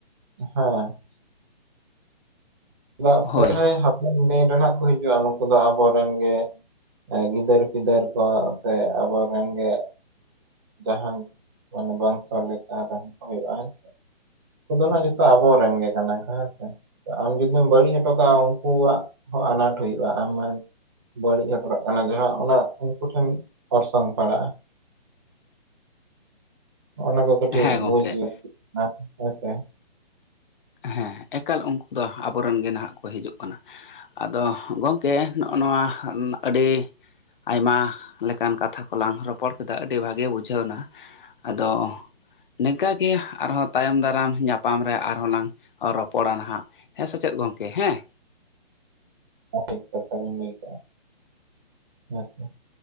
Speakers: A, on the right; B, on the left.
A: ᱦᱮᱸ, ᱪᱮᱫᱟᱜ
B: ᱦᱳᱭ
A: ᱥᱮ ᱡᱟᱦᱟᱸᱭ ᱦᱟᱯᱮᱱ ᱫᱤᱱ ᱨᱮ ᱦᱟᱸᱜ ᱠᱚ ᱦᱤᱡᱩᱜᱼᱟ, ᱱᱩᱠᱩ ᱫᱚ ᱟᱵᱚᱨᱮᱱ ᱜᱮ᱾ ᱜᱤᱫᱟᱹᱨ- ᱯᱤᱫᱟᱹᱨ ᱠᱚ ᱥᱮ ᱟᱵᱚᱨᱮᱱ ᱜᱮ ᱡᱟᱦᱟᱱ ᱢᱟᱱᱮ ᱵᱚᱝᱥᱚ ᱞᱮᱠᱟ ᱨᱮᱦᱚᱸ ᱦᱩᱭᱩᱜᱼᱟ ᱦᱮᱸᱥᱮ? ᱩᱱᱠᱩ ᱫᱚ ᱱᱟᱜ ᱡᱚᱛᱚ ᱟᱵᱚᱨᱮᱱ ᱜᱮ ᱠᱟᱱᱟ ᱠᱚ ᱦᱮᱸ ᱥᱮ᱾ ᱡᱩᱫᱤᱢ ᱵᱟᱹᱲᱤᱡ ᱦᱚᱴᱚ ᱠᱟᱜᱼᱟ᱾ ᱩᱱᱠᱩᱣᱟᱜ ᱦᱚᱸ ᱟᱱᱟᱴ ᱦᱩᱭᱩᱜᱼᱟ᱾ ᱟᱢᱮ ᱵᱟᱹᱲᱤᱡ ᱦᱚᱴᱚ ᱠᱟᱜ ᱠᱟᱱᱟ ᱡᱟᱦᱟᱸ ᱚᱱᱟ ᱩᱱᱠᱩ ᱴᱷᱮᱱ ᱚᱨᱥᱚᱝ ᱯᱟᱲᱟᱜᱼᱟ᱾ ᱚᱱᱟ ᱠᱚ ᱠᱟᱹᱴᱤᱡ
B: ᱦᱮᱸ ᱜᱚᱝᱠᱮ
A: ᱵᱩᱡᱽ ᱞᱟᱹᱠᱛᱤᱜ ᱠᱟᱱᱟ ᱦᱮᱸ ᱥᱮ?
B: ᱦᱮᱸ ᱮᱠᱟᱞ ᱩᱱᱠᱩ ᱫᱚ ᱟᱵᱚ ᱨᱮᱱ ᱜᱮ ᱱᱟᱦᱟᱜ ᱠᱚ ᱦᱤᱡᱩᱜ ᱠᱟᱱᱟ᱾ ᱟᱫᱚ ᱜᱚᱢᱠᱮ ᱱᱚᱜᱼᱚ ᱱᱚᱣᱟ ᱟᱹᱰᱤ ᱟᱭᱢᱟ ᱞᱮᱠᱟᱱ ᱠᱟᱛᱷᱟ ᱠᱚᱞᱟᱝ ᱨᱚᱯᱚᱲ ᱠᱮᱫᱟ, ᱟᱹᱰᱤ ᱵᱷᱟᱜᱮ ᱵᱩᱡᱷᱟᱹᱣ ᱮᱱᱟ᱾ ᱟᱫᱚ ᱱᱤᱝᱠᱟᱹ ᱜᱮ ᱟᱨ ᱦᱚᱸ ᱛᱟᱭᱚᱢ ᱫᱟᱨᱟᱢ ᱧᱟᱯᱟᱢ ᱨᱮ ᱟᱨᱦᱚᱸ ᱞᱟᱝ ᱨᱚᱯᱚᱲᱟ ᱱᱟᱦᱟᱜ ᱦᱮᱸ ᱥᱮ ᱪᱮᱫ ᱜᱚᱢᱠᱮ ᱦᱮᱸ?
A: <unintelligible> <unintelligible>